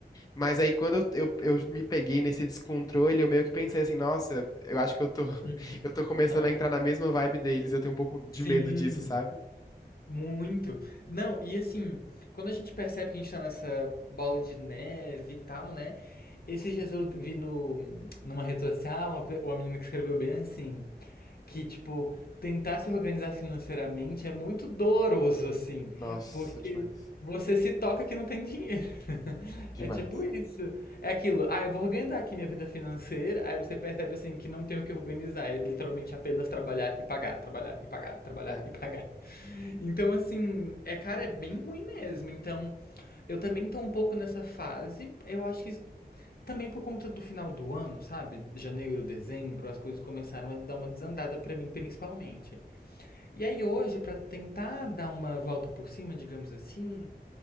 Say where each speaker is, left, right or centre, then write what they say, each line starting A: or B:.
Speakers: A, on the left; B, on the left.
A: Mas aí quando eu, eu, eu me peguei nesse descontrole, eu meio que pensei assim, nossa, eu acho que eu tô, <laughs>
B: Uhum.
A: eu tô começando
B: Nossa.
A: a entrar na mesma vibe deles, eu tenho um pouco de
B: Sim.
A: medo disso, sabe?
B: Muito. Não, e assim, quando a gente percebe que a gente tá nessa bola de neve e tal, né? Esses dias eu vi no, numa rede social uma, pe- uma menina que escreveu bem assim, que tipo, tentar se organizar financeiramente é muito doloroso, assim,
A: Nossa,
B: porque
A: demais.
B: você se toca que não tem dinheiro. <laughs>
A: Demais.
B: É tipo isso. É aquilo, ah, eu vou organizar aqui minha vida financeira, aí você percebe assim que não tem o que organizar, é literalmente apenas trabalhar e pagar, trabalhar e pagar, trabalhar
A: É.
B: e pagar. Então, assim, é, cara, é bem ruim mesmo. Então, eu também tô um pouco nessa fase. Eu acho que também por conta do final do ano, sabe? Janeiro, dezembro, as coisas começaram a dar uma desandada pra mim, principalmente. E aí hoje, pra tentar dar uma volta por cima, digamos assim,